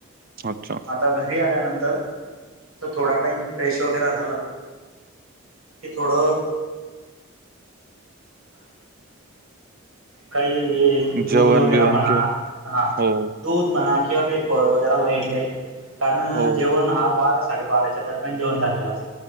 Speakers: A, on the right; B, on the right.
A: अच्छा
B: आता घरी आल्यानंतर थोडा टाइम फ्रेश हो. झाला ते थोड. काही दूध
A: जेवण
B: वगैरे
A: बिवण
B: म्हणा
A: किंवा
B: हा.
A: हो
B: दूध म्हणा किंवा काही फळ वगैरे लाईट लाईट कारण
A: हो
B: जेवण हा बारा साडेबाराच्या दरम्यान जेवण झालेलं असतं.